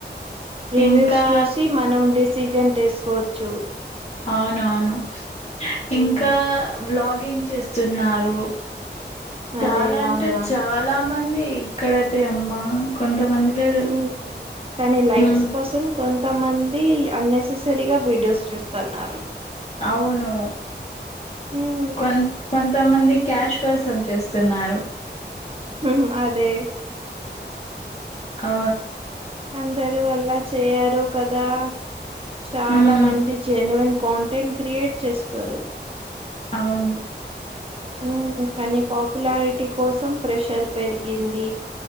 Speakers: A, on the right (about 30°); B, on the left (about 35°).
A: రివ్యూస్
B: ఇంకా
A: చూసి మనం డిసిజన్ తీసుకోవచ్చు
B: అవునవును ఇంకా
A: ఉమ్
B: బ్లాగ్ బార్గింగ్ చేస్తు ఉన్నారు చాల
A: అదే
B: అంటే
A: అవునా
B: చాల మంది ఇక్కడైతే అమ్మా కొంతమంది లేదు
A: ఉమ్ కానీ లైక్స్
B: ఉమ్
A: కోసం కొంతమంది అన్నెససరీగా వీడియోస్ చూస్తున్నారు
B: అవును
A: ఉమ్
B: కొంత కొంతమంది క్యాష్ కోసం చూస్తున్నారు
A: ఉహు అదే
B: ఆ
A: అందరూ అలా చేయారు కదా చాలా
B: ఉమ్
A: మంది జెన్యున్ కాంటెంట్ క్రియేట్ చేస్తారు
B: అవును
A: మ్మ్ కానీ పాపులారిటీ కోసం ప్రెషర్ పెరిగింది